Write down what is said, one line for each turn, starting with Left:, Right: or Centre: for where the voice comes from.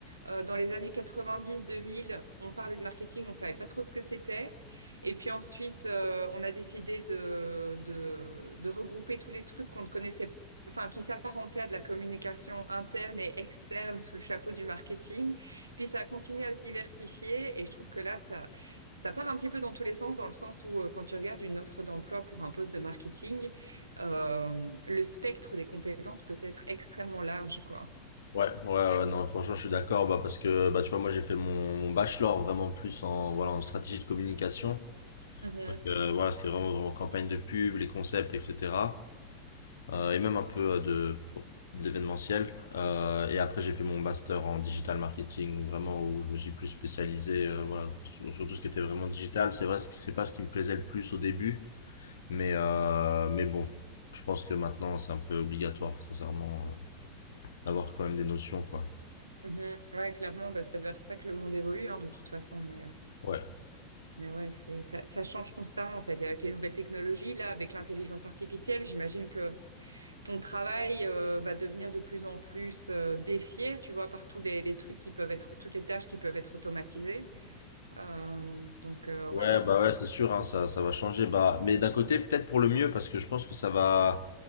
Right: Euh, dans les années 90-2000, on parlait de marketing, on ne savait pas trop ce que c'était. Et puis ensuite, euh, on a décidé de, de, de regrouper tous les trucs qu'on ne connaissait, enfin, qui s'apparentaient à de la communication interne et externe sous le chapeau du marketing. Puis ça a continué à se diversifier et je trouve que là, ça... Ça part un petit peu dans tous les sens, dans le sens où euh, quand tu regardes une offre d'emploi pour un poste de marketing, euh, le spectre des compétences peut être extrêmement large, quoi.
Left: Ouais, ouais, ouais, non, franchement, je suis d'accord, bah, parce que, bah, tu vois, moi, j'ai fait mon, mon bachelor vraiment plus en, voilà, en stratégie de communication.
Right: Mhm,
Left: Donc, euh, voilà, c'était vraiment, vraiment campagne de pub, les concepts, etc. Euh, et même un peu euh, de, pro- d'événementiel. Euh, et après, j'ai fait mon master en digital marketing, vraiment, où je me suis plus spécialisé, euh, voilà, sur, sur tout ce qui était vraiment digital. C'est vrai, c'est c'est pas ce qui me plaisait le plus au début. Mais, euh, mais bon, je pense que maintenant, c'est un peu obligatoire, sincèrement, euh, d'avoir quand même des notions, quoi.
Right: mhm. Ouais, clairement, bah, c'est vers ça que le monde évolue, hein, de toute façon. Mais, euh,
Left: Ouais.
Right: mais ouais, c'est, ça, ça change constamment, en fait. Et avec les nouvelles technologies, là, avec l'intelligence artificielle, j'imagine que ton travail, euh, va devenir de plus en plus, euh, défié, tu vois, par tous les, les trucs qui peuvent être, toutes les tâches qui peuvent être automatisées. Euh, donc, euh,
Left: Ouais,
Right: ouais, il faut
Left: bah
Right: se...
Left: ouais, c'est sûr, hein, ça, ça va changer. Bah, mais d'un côté, peut-être pour le mieux, parce que je pense que ça va,